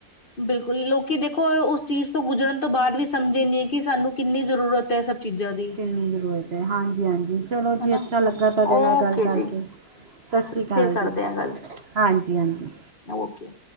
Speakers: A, on the left (about 40°); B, on the right (about 50°).
A: ਬਿਲਕੁਲ। ਲੋਕੀ ਦੇਖੋ, ਉਸ ਚੀਜ਼ ਤੋਂ ਗੁਜਰਣ ਤੋਂ ਬਾਅਦ ਵੀ ਸਮਝੇ ਨੀ, ਕਿ ਸਾਨੂੰ ਕਿੰਨੀ ਜ਼ਰੂਰਤ ਏ, ਇਹ ਸਭ ਚੀਜ਼ਾਂ ਦੀ।
B: ਜਿਤਨੀ ਜ਼ਰੂਰਤ ਐ, ਹਾਂਜੀ-ਹਾਂਜੀ। ਚਲੋ ਜੀ,
A: ਹਨਾ।
B: ਅੱਛਾ ਲੱਗਾ ਤੁਹਾਡੇ
A: ਓਕੇ
B: ਨਾਲ ਗੱਲ ਕਰਕੇ,
A: ਜੀ
B: ਸਤਿ ਸ਼੍ਰੀ ਅਕਾਲ
A: ਫਿਰ ਕਰਦੇ
B: ਜੀ।
A: ਹਾਂ ਗੱਲ।
B: ਹਾਂਜੀ-ਹਾਂਜੀ।
A: ਓਕੇ।